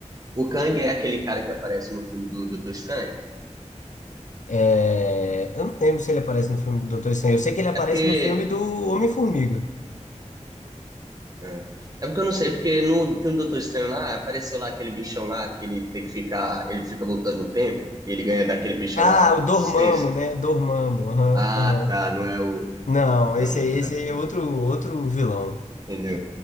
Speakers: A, on the right; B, on the left.
A: O Kang é aquele cara que aparece no filme do Doutor Estranho.
B: É, eu não lembro se ele aparece no filme do Doutor Estranho. Eu sei que ele aparece
A: É porque
B: no filme do Homem-Formiga.
A: É. É porque eu não sei, porque no filme do Doutor Estranho lá, apareceu lá aquele bichão lá, que ele tem que ficar, ele fica voltando no tempo, e ele ganha daquele bichão
B: Ah,
A: na
B: o Dormammu,
A: existência.
B: né? Dormammu. Aham,
A: Ah,
B: aham.
A: tá, não é o,
B: Não,
A: não
B: esse,
A: é o
B: aí-
A: cara,
B: esse aí
A: né?
B: é outro, outro vilão.
A: Entendeu?